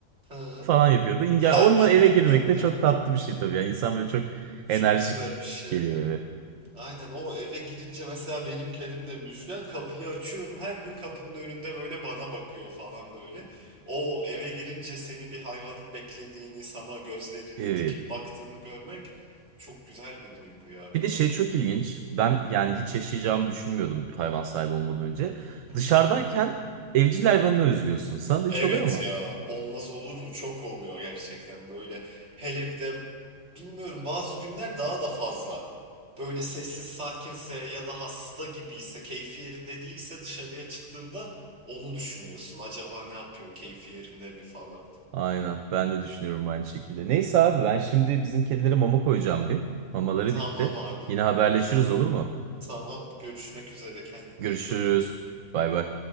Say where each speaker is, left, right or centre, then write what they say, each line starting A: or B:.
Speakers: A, on the right; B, on the right.
A: ha.
B: falan yapıyordu. Ya
A: <laughs>
B: onunla eve girmek de çok tatlı bir şey tabii. Yani insan böyle çok
A: Çok
B: enerjik
A: güzel bir şey
B: geliyor
A: ya.
B: eve.
A: Aynen o eve girince mesela benim kedim de müşken kapıyı açıyorum her gün kapının önünde böyle bana bakıyor falan böyle. O eve girince seni bir hayvanın beklediğini sana gözlerini
B: Evet.
A: dikip baktığını görmek çok güzel bir duygu ya
B: Bir
A: bilmiyorum.
B: de şey çok ilginç. Ben yani hiç yaşayacağımı düşünmüyordum hayvan sahibi olmadan önce.
A: Hı hı.
B: Dışarıdayken evcil hayvanını özlüyorsun. Sana da
A: Evet
B: hiç oluyor mu?
A: ya olmaz olur mu? Çok oluyor gerçekten böyle. Hele bir de bilmiyorum bazı günler daha da fazla. Böyle sessiz sakinse ya da hasta gibiyse, keyfi yerinde değilse dışarıya çıktığında onu düşünüyorsun. Acaba ne yapıyor? Keyfi yerinde mi falan.
B: Aynen. Ben de düşünüyorum aynı şekilde. Neyse abi ben şimdi bizim kedilere mama koyacağım bir. Mamaları
A: Tamam
B: bitti.
A: abi.
B: Yine haberleşiriz
A: Tamam.
B: olur mu?
A: Tamam. Görüşmek üzere. Kendine
B: Görüşürüz.
A: iyi bak.
B: Bay bay.